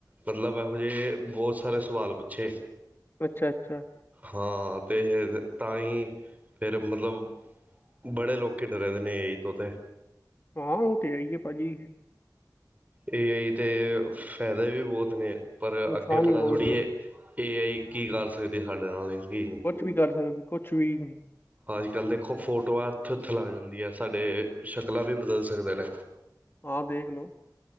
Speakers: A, on the right; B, on the left.
A: ਮਤਲਬ ਇਹੋ ਜਿਹੇ ਬਹੁਤ ਸਾਰੇ ਸਵਾਲ ਪੁੱਛੇ
B: ਅੱਛਾ-ਅੱਛਾ।
A: ਹਾਂ ਤੇ ਤਾਂ ਹੀ ਫਿਰ ਮਤਲਬ ਬੜੇ ਲੋਕੀ ਡਰੇ ਦੇ ਨੇ ਏ ਆਈ ਤੋ ਤੇ।
B: ਹਾਂ ਉ ਤੇ ਹੈਈ ਪਾਜੀ
A: ਏ ਆਈ ਤੇ ਫੇਦੇ ਵੀ ਬੋਤ ਨੇ ਪਰ
B: ਨੁਕਸਾਨ
A: ਅੱਗੇ ਪਤਾ
B: ਹੀ ਬਹੁਤ
A: ਥੋੜ੍ਹੀ ਏ ਏ ਆਈ ਕੀ ਕਰ ਸਕਦੀ ਸਾਡੇ ਨਾਲ ਕੀ ਨਹੀਂ।
B: ਕੁਛ ਵੀ ਕਰ ਸਕਦੀ, ਕੁਛ ਵੀ
A: ਅੱਜ ਕੱਲ੍ਹ ਦੇਖੋ ਫੋਟੋਆਂ ਉੱਥੇ ਉੱਥੇ ਲੱਗ ਜਾਂਦੀਆਂ ਸਾਡੇ ਸ਼ਕਲਾਂ ਵੀ ਬਦਲ ਸਕਦੇ ਨੇ।
B: ਹਾਂ ਦੇਖ ਲੋ